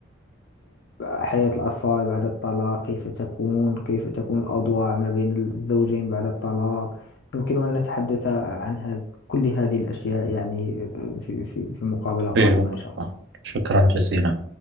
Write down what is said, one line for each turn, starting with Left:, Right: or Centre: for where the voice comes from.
Left: حياة الأطفال بعد الطلاق كيف تكون كيف تكون الأوضاع ما بين الزوجين بعد الطلاق يمكن أن نتحدث عن هذا كل هذه الأشياء يعني آه، في في في مقابلة قادمة
Right: في وقتها
Left: إن شاء الله
Right: شكرا جزيلا